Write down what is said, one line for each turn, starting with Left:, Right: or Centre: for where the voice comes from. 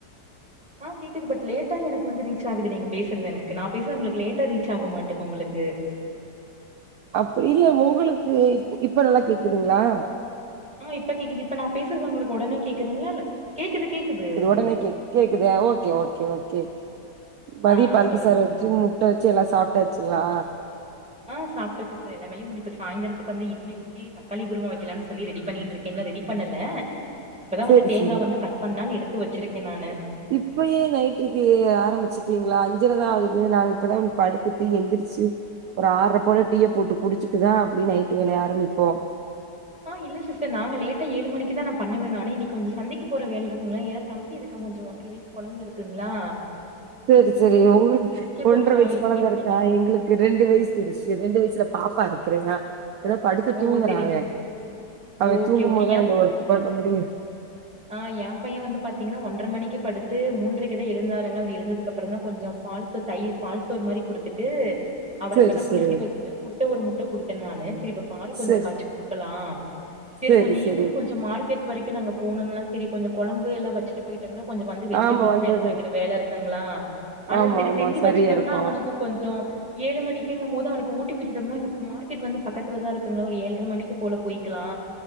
Centre: ஆ கேக்குது பட் லேட்டா எனக்கு வந்து ரீச் ஆகுது நீங்க பேசுறது எனக்கு நா பேசுற உங்களுக்கு லேட்டா ரீச் ஆகு மாட்டு உங்களுக்கு
Right: அப்டி இல்ல உங்களுக்கு இ இப்ப நல்லா கேக்குதுங்ளா
Centre: ம் இப்ப கேக்குது இப்ப நா பேசுறது உங்களுக்கு உடனே கேக்குதுங்களா இல்ல கேக்குது கேக்குது
Right: உடனே கேக் கேக்குது ஓகே ஓகே ஓகே மதிய
Centre: ஆ
Right: பருப்பு
Centre: சொல்லுங்க
Right: சோறு
Centre: சொல்லுங்க
Right: வச்சு முட்ட முட்ட வச்சு எல்லா சாப்டாச்சுங்களா
Centre: ஆ சாப்ட சிஸ் இன்னு வெளி முடிப்பு சாயந்தரத்துக் வந்து இட்லி இட்லி தக்காளி குருமா வைக்கலானு சொல்லி ரெடி பண்ணிட்டு இருக்கேன் இன்னு ரெடி பண்ணல இப்பதா
Right: சேரி
Centre: வந்து தேங்கா
Right: சேரி
Centre: வந்து கட் பண்லான்னு எடுத்து வச்சிருக்கே நானு
Right: இப்பயே நைட்டுக்கு ஆரம்பிச்சுட்டீங்களா அஞ்சரதா ஆகுது நானு இப்பதா படுத்துட்டு எந்திரிச்சு ஒரு ஆர்ற போல டீய போட்டு குடிச்சுட்டுதா அப்டி நைட்டு வேலய ஆரமிப்போ
Centre: ஆ இல்ல சிஸ்டர் நாங்க லேட்டா ஏழு மணிக்குதா பண்ணுவே நானு இன்னைக்கு கொஞ்சோ சந்தைக்கு போற வேலை இருக்குங்களா ஏனா தம்பி இருக்கா கொஞ்சோ ஒன்ற வயஸ் கொழந்த இருக்குங்ளா
Right: சேரி சேரிங்க உங்களுக்கு ஒன்ற
Centre: கொஞ்சோ
Right: வயசு கொழந்த
Centre: இட்லி
Right: இருக்கா எங்களுக் ரெண்டு வயசு இருக்கு ரெண்டு வயசுல பாப்பா இருக்றேங்க இப்பதா படித்து
Centre: ஓ
Right: தூங்குறா
Centre: செரிங்க
Right: அவன் அவன்
Centre: ஓகே
Right: தூங்கும்போதுதா
Centre: ஓகே
Right: இந்த ஒர்க் பண்ண முடியு
Centre: ஆ ஏ பைய வந்து பாத்தீங்கன்னா ஒன்ற மணிக்கு படுத்து மூன்றைக்கு இங்கதா எழுந்தாரங்களா அவரு எழுந்ததுக்கு அப்றந்தா கொஞ்சோ பால்சோ தயிர் பால்சோர் மாரி கொடுத்துட்டு அவர
Right: சேரி
Centre: இப்பதா குளிக்க
Right: சேரி
Centre: வச்சுட்டு முட்ட ஒரு முட்ட கொடுத்த நானு சரி இப்போ பால் கொஞ்ச
Right: சேரி
Centre: காய்ச்சி கொடுக்கலா சரி
Right: சேரி
Centre: கொஞ்சோ
Right: சேரி
Centre: ஈவினிங் கொஞ்ச மார் க்கெட் வரைக்கு நாங்க போணுங்லா சரி கொஞ்சோ கொழம்பு எல்லா வச்சுட்டு போயிட்டோம்னா கொஞ்சோ வந்து வெஜிடபிள்ஸ்லா
Right: ஆமா வந்தது
Centre: எடுத்து வக்கிற வேலை இருக் ங்களா அதா
Right: ஆமா
Centre: செரி
Right: ஆமா
Centre: செஞ்சு
Right: சரியா
Centre: வெச்சட்டோம்னா
Right: இருக்கு
Centre: அவன தொட் கொஞ்சொ ஏழு மணிக்கீங்கும்போது அவனுக்கு ஊட்டி விட்டுட்டோம்னா இங்க மார்க்கெட் வந்து பக்கத்துலதா இருக்கு இவங்கள ஒரு ஏழ்ர மணிக்கு போல போய்க்கலா